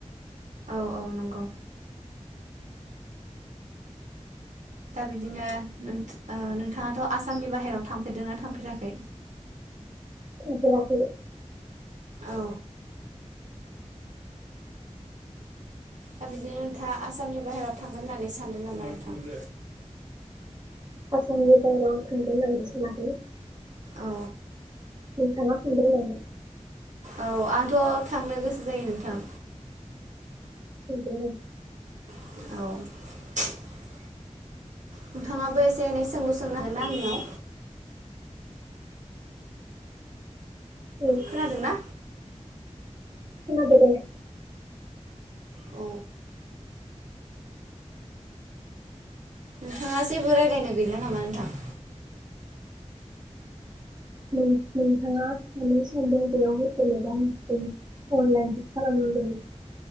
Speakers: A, on the right (about 80°); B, on the right (about 35°).
A: औ औ नंगौ। दा बिदिनो नों ओ नोंथाङाथ' आसामनि बाहेराव थांफेरदोंना थांफेराखै?
B: थांफेराखै।
A: औ दा बिदिनो नोंथाङा आसामनि बाहेरायाव थांगोन होननानै सानदों नामा नोंथां?
B: आसामनि बाहेराव आं थांगोन होननानै सानाखैलै।
A: औ
B: नोंथाङा सानदों नामा?
A: औ आंथ' थांनो गोसो जायो नोंथां।
B: <unintelligible>
A: औ। नोंथाङाबो एसे एनै सोंलु सोंनो होगोनना आंनियाव?
B: औ
A: खोनादोंना?
B: खोनादो दे।
A: अ। नोंथाङा जेबो रायलायनो गैला नामा नोंथां?
B: नों नोंथाङा थांनो सानदों बेयाव <unintelligible> आनलाइन बुक खालामनांगोन।